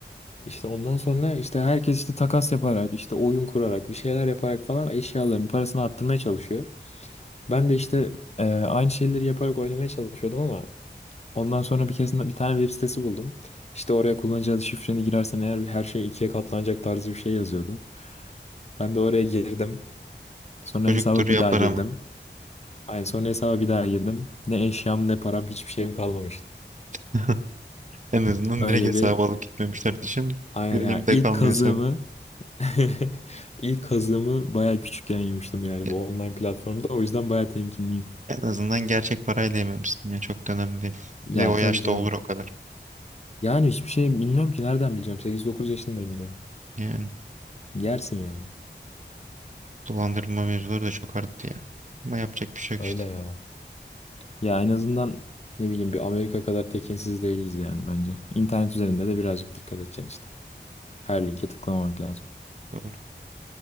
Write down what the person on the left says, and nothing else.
İşte ondan sonra işte herkes işte takas yaparak işte oyun kurarak bir şeyler yaparak falan eşyaların parasını arttırmaya çalışıyor. Ben de işte e, aynı şeyleri yaparak oynamaya çalışıyordum ama ondan sonra bir keresinde bir tane web sitesi buldum. İşte oraya kullanıcı adı şifreni girersen eğer her şey ikiye katlanacak tarzı bir şey yazıyordu. Ben de oraya girdim. Sonra
hesabı
bir daha girdim.
Aynı sonra hesaba bir daha girdim. Ne eşyam ne param hiçbir şeyim kalmamıştı.
Öyle
bir
Aynen
yani
ilk
kazığımı
<laughs> ilk kazığımı bayağı küçükken yemiştim yani
bu online platformda. O yüzden bayağı temkinliyim.
Ya
tabii
canım.
Yani hiçbir şey bilmiyorum ki nereden bileceğim. 8-9 yaşındayım diyorum.
Yersin yani.
Öyle
ya. Ya en azından ne bileyim bir Amerika kadar tekinsiz değiliz yani bence. İnternet üzerinde de birazcık dikkat edeceksin işte. Her linke tıklamamak lazım.